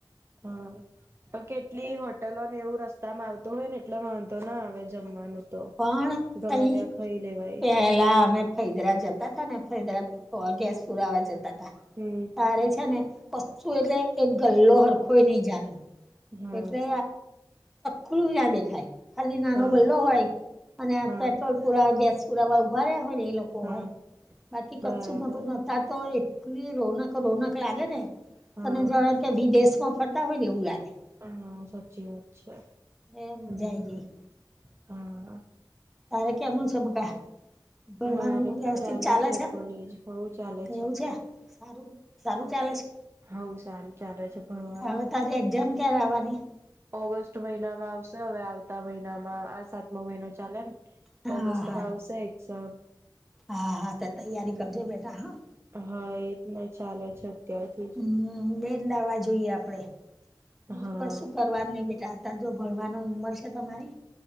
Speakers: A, on the right (about 35°); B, in the centre.
A: હા તો કેટલી હો પટેલો ને એવું રસ્તામાં આવતું હોય ને એટલે વાંધો ના આવે જમવાનું તો
B: પણ
A: ગમે
B: તઈ
A: ત્યાં ખાઈ લેવાય
B: પેલા અમે ફૈદરા જતા હતાા ને ફૈદરા ગેસ પુરાવા જતા તા
A: હમ
B: છે ને કું એટલે એક ગલ્લો હરખોય નહી જાણવ
A: હા
B: એટલે ચકલું જ્યાં દેખાય ખાલી નાનો
A: હા
B: ગલ્લો હોય અને
A: હા
B: પેટ્રોલ પુરાવા ગેસ પુરાવા ઉભા રહ્યા હોય ને એ લોકો
A: હા
B: હોય બાકી ક્છું
A: બરાબર
B: નતું ત તો એક રોનક રોનક લાગે ને
A: હા
B: તને જો વિદેશ માં ફરતા હોય ને એવું લાગે
A: હા સાચી વાત છે
B: એ મજઈ
A: હમ
B: ગઈ
A: હા
B: તારે કેમનું ચમકા ભણવાનું
A: મારે
B: વ્યવસ્થિત
A: ચાલુ
B: ચાલે છે
A: કોલેજ બઉ ચાલે
B: તો એવું છે સારું સારું ચાલે છે
A: હવ સારું ચાલે છે ભણવાનું
B: હવે તારી એક્જામ કેવાની
A: ઓગસ્ટ મહિનામાં આવશે હવે આવતા મહિનામાં આ સાતમો મહિનો ચાલેમ
B: હા
A: ઓગસ્ટ
B: હા
A: મા આવસે એક્ઝામ
B: હા હા તો તૈયારી
A: હમ
B: કરજો બેઠા હા
A: હા એ ન ચાલે છેત્યાસ
B: હમ બેન લાવા જોઈએ આપડે બીજું
A: હા
B: કશું કરવા નહીિ બેટા અત જો ભણવાનો નંબર છે તમારી